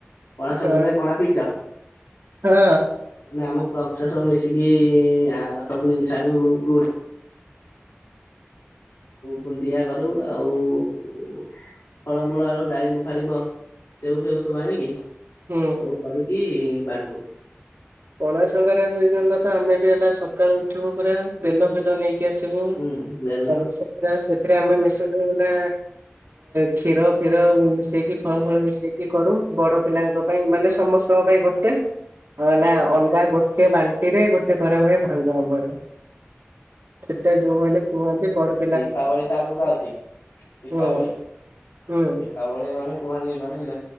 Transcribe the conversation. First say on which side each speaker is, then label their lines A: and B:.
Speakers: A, on the left; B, on the right.
A: ପଣା
B: ହଁ
A: ସଂକ୍ରାନ୍ତିରେ ପଣା ପିଇଛ?
B: ହଁ
A: ମାନେ ଆମ କ୍ଲବ ଛୁଆ ସବୁ ମିଶିକି ସବୁ ଜିନିଷ ଆଣିବୁ ବୁନ୍ଦିଆ କରୁ ଆଉ ଫଳମୂଳ ଆଉ ଡାଳିମ୍ବ ଫାଳିବ ସେଉ ଫେଉ ସବୁ ଆଣିକି
B: ହୁଁ
A: ସବୁ କରିକି ବାଣ୍ଟୁ
B: ପଣା ସଂକ୍ରାନ୍ତି ଦିନ ତ ଆମେ ବି ହେଲା ସକାଳୁ ଉଠିବୁ ପୁରା ବେଲ ଫେଲ ନେଇକି କିସିବ
A: ହୁଁ
B: <inaudible>
A: ବେଲ
B: ସେଥିରେ ସେଥିରେ ଆମେ ମିଶେଇ ଦବୁନା କ୍ଷୀର, ଫିର ମିଶେଇକି ଫଳ
A: ହୁଁ
B: ଫଳ ମିଶେଇକି କରୁ ବଡ ପିଲାଙ୍କ ପାଇଁ ମାନେ ସମସ୍ତଙ୍କ ପାଇଁ ଗୋଟେ ହେଲା।
A: ହୁଁ
B: ପୁରା ଗୋଟେ ବାଲ୍ଟି ରେ ଗୋଟେ ଗରା ଭଳିଆ ଭାଙ୍ଗ ହବର ସେଟା ଯୋଉମାନେ କୁହନ୍ତି ବଡ଼
A: ଦୀପାବଳି ତ ଆଗକୁ ଆଉଛି ଦୀପାବଳି
B: ହୁଁ ହୁଁ
A: ଦୀପାବ ଦଳିଆ ମାନେ କୁହନ୍ତି ମାନେ